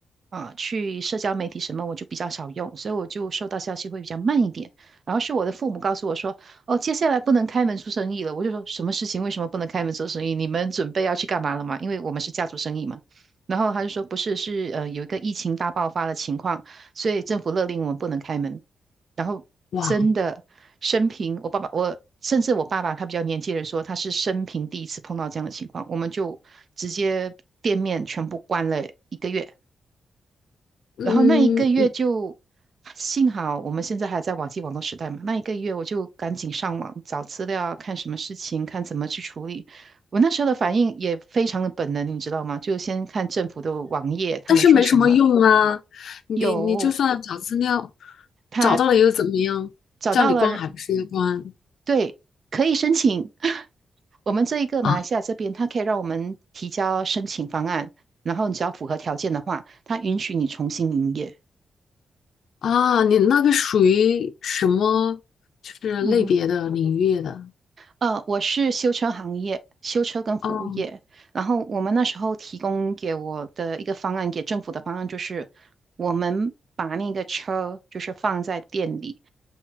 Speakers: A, on the right; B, on the left.
A: 啊、去社交媒体什么我就比较少用，所以我就收到消息会比较慢一点。然后是我的父母告诉我说，哦，接下来不能开门做生意了。我就说什么事情？为什么不能开门做生意？你们准备要去干嘛了吗？因为我们是家族生意嘛。然后他就说不是，是呃有一个疫情大爆发的情况，所以政府勒令我们不能开门。然后真的生平，
B: 哇。
A: 我爸爸，我甚至我爸爸他比较年纪的人说，他是生平第一次碰到这样的情况，我们就直接店面全部关了一个月，
B: 嗯，
A: 然后那一个月就幸好我们现在还在网际网络时代嘛，那一个月我就赶紧上网找资料，看什么事情，看怎么去处理。我那时候的反应也非常的本能，你知道吗？就先看政府的网页，他们说什么，
B: 但是没什么用啊。你你就算找资料，
A: 有，他
B: 找到了又怎么样？
A: 找到了，
B: 叫你关还不是要关
A: 对，可以申请。我们这一个马来西亚这边，
B: 啊
A: 它可以让我们提交申请方案，然后你只要符合条件的话，它允许你重新营业。
B: 啊！你那个属于什么就是类别的领域的？
A: 嗯哼呃，我是修车行业，修车跟服务业。
B: 哦
A: 然后我们那时候提供给我的一个方案，给政府的方案就是，我们把那个车就是放在店里，